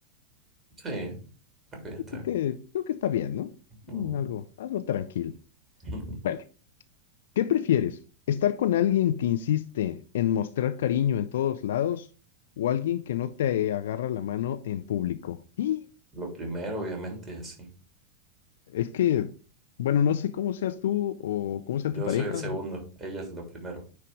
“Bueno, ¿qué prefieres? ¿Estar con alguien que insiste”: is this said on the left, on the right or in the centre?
Left